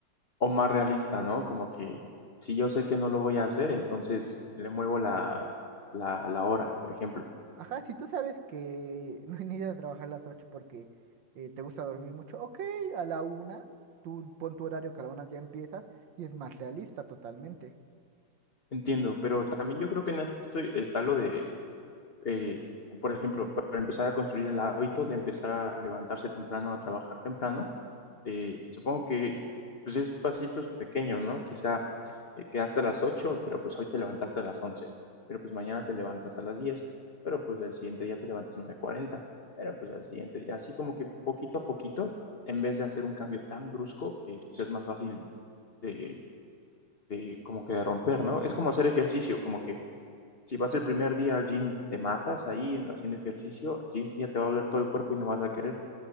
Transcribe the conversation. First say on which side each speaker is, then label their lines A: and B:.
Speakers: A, on the left; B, on the right.
A: O más realista, ¿no? Como que si yo sé que no lo voy a hacer, entonces le muevo la, la, la hora, por ejemplo.
B: Ajá, si tú sabes que <laughs> no necesitas trabajar a las 8 porque eh, te gusta dormir mucho, ok, a la una, tú pon tu horario que a la una ya empiezas y es más realista totalmente.
A: Entiendo, pero también yo creo que en esto está lo de, eh, por ejemplo, para empezar a construir el hábito de empezar a levantarse temprano, a trabajar temprano eh, supongo que pues es pasitos pequeños, ¿no? Quizá eh, quedaste a las ocho pero pues hoy te levantaste a las once pero pues mañana te levantas a las diez pero pues el siguiente día te levantas a las nueve cuarenta pero pues al siguiente día, así como que poquito a poquito, en vez de hacer un cambio tan brusco que pues es más fácil de, de como que de romper, ¿no? Es como hacer ejercicio, como que si vas el primer día al gym, te matas ahí haciendo ejercicio, al siguiente día te va a doler todo el cuerpo y no vas a querer,